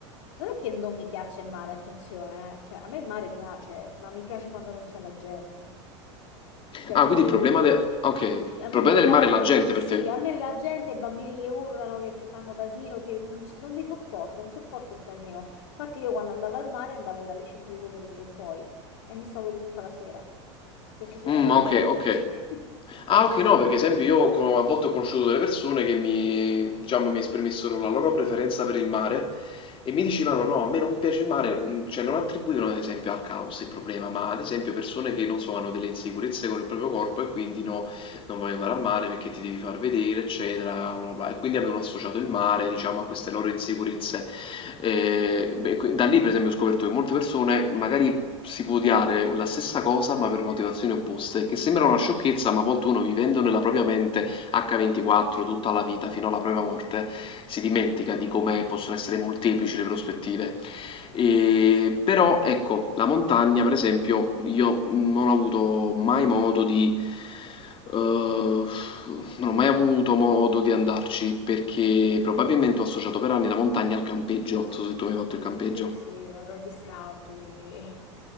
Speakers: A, on the left (about 70°); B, on the left (about 35°).
A: non è che non mi piace il mare, attenzione, eh. Cioè, a me il mare piace, ma mi piace quando non c'è la gente. Cioè,
B: Ah,
A: quindi
B: quindi il problema del... Ok, il
A: a me
B: problema
A: il problema
B: del mare
A: del...
B: è la gente
A: Sì,
B: per te.
A: a me la gente, i bambini che urlano, che ti fanno casino, che non, non li sopporto, non sopporto il casino. Infatti io quando andavo al mare andavo dalle 5 di pomeriggio in poi e mi stavo lì tutta la sera, perché se
B: Mh,
A: ne erano
B: okay,
A: andati
B: okay.
A: tutti. <laughs>
B: Ah, okay, no, perché esempio io co a volte ho conosciuto delle persone che mi diciamo, mi esprimessero la loro preferenza per il mare e mi dicevano: "No, a me non piace il mare", mhmm, cioè non attribuivano ad esempio al caos il problema, ma ad esempio persone che, non so, hanno delle insicurezze con il proprio corpo e quindi: "No, non voglio andare al mare perché ti devi far vedere", eccetera, bla, bla. E quindi avevano associato il mare, diciamo, a queste loro insicurezze. Ehm, beh, qui da lì per esempio ho scoperto che molte persone magari si può odiare la stessa cosa ma per motivazioni opposte, che sembra una sciocchezza, ma a volte uno vivendo nella propria mente H24 tutta la vita fino alla propria morte si dimentica di come possono essere molteplici le prospettive. E, però ecco, la montagna, per esempio, io non ho avuto mai modo di Uh, non ho mai avuto modo di andarci perché probabilmente ho associato per anni la montagna al campeggio. Non so se tu mi hai fatto il campeggio.
A: Sì, sì, ero gli scout, quindi...